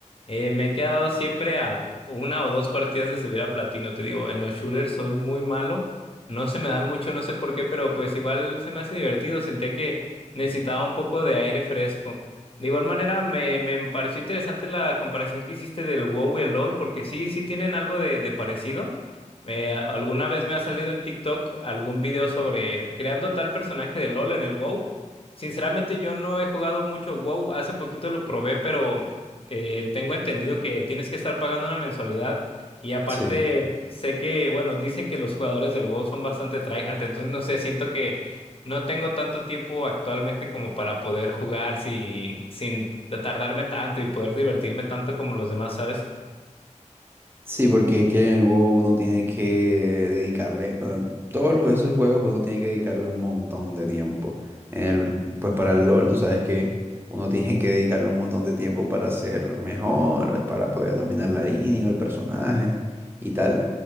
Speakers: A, on the left; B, on the right.
A: eh, me he quedado siempre a p- una o dos partidas de subir a platino. Te digo, en los shooters soy muy malo. No se me dan mucho, no sé por qué, pero pues igual se me hace divertido. Sentía que necesitaba un poco de aire fresco. De igual manera, me, me pareció interesante la comparación que hiciste del WoW y el LoL, porque sí, sí tienen algo de, de parecido. Me- a- alguna vez me ha salido en TikTok algún video sobre creando tal personaje de LoL en el WoW. Sinceramente, yo no he jugado mucho WoW. Hace poquito lo probé, pero eh, tengo entendido que tienes que estar pagando una mensualidad. Y aparte,
B: Sí.
A: sé que, bueno, dicen que los jugadores del WoW son bastante tryhard, entonces no sé, siento que no tengo tanto tiempo actualmente como para poder jugar sin, sin tardarme tanto y poder divertirme tanto como los demás, ¿sabes?
B: Sí, porque es que en el WoW uno tiene que dedicarle, bueno, todos los- esos juegos uno tiene que dedicarle un montón de tiempo. En el, pues para el LoL, tú sabes que uno <laughs> tiene que dedicarle un montón de tiempo para ser mejor, para poder dominar la línea o el personaje y tal.